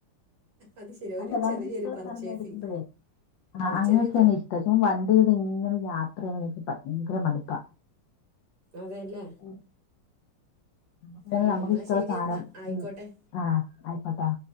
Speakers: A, on the right; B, on the left.
A: അത് ശെരി ഒരു
B: അല്ല നമുക്ക്
A: ചെറീ
B: ഇഷ്ടമുള്ള
A: ഒരു പർച്ചേസിങ്.
B: സാധനം മേടിക്കുമ്പോഴേ ആ അങ്ങെക്കെ
A: ചെറിയ
B: <unintelligible> ഇഷ്ടസു വണ്ടിത് ഇങ്ങനെ യാത്ര ചെയ്യ <unintelligible> ണ എനിക്ക് പയങ്കര മടുപ്പാ.
A: അതേല്ലെ
B: ഉം നമുക്ക്
A: ആഹ്
B: നമുക്ക്
A: എന്നാൽ
B: ഇഷ്ട
A: ശരി
B: ഇള്ള സാനം
A: എന്നാൽ ആയിക്കോട്ടെ
B: ഉം. ആഹ് ആയിക്കോട്ടാ